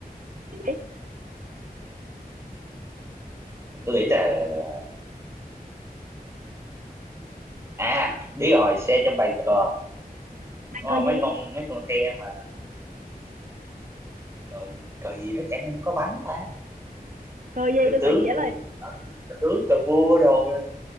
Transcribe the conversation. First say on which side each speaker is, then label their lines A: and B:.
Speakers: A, on the right (about 55°); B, on the right (about 15°).
A: cái gì
B: tôi nghĩ là, là... à biết rồi xe trong bài cờ
A: bạn
B: đúng
A: cờ
B: không
A: gì
B: mấy con mấy con xe mà cờ gì- cờ gì nó chẳng không có bánh ta
A: cờ gì
B: cờ
A: tôi
B: tướng
A: phải trả
B: cũng
A: lời
B: cờ tướng cờ vua đồ